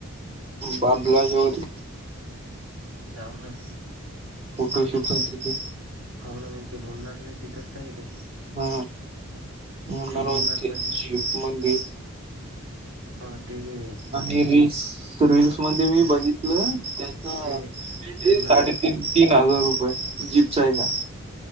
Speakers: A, on the right; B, on the right.
A: बांदलाच्या <unintelligible> वरी.
B: जाऊ ना.
A: फोटोशूट
B: आपीच
A: साठी ते
B: हावना मग ते म्हणुन राहिले तिथंच तर आहे ते.
A: हा, मूण्णार
B: ते मुन्नार
A: रावांचे
B: मध्ये
A: जिफ मधी.
B: हा, ते हे
A: आणि रील्स, रील्स मध्ये मी बघितलं त्याचा,
B: ते
A: बी ड्रेस
B: त्यांना
A: साडेतीन-तीन हजार रुपये, जीप्सायचा आहे त्या.